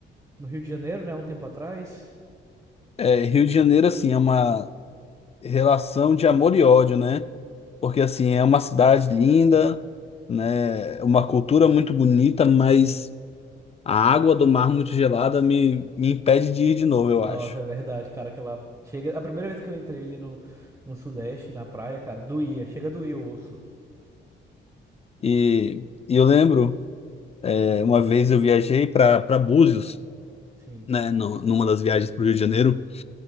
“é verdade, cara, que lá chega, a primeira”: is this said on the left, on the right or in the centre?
Right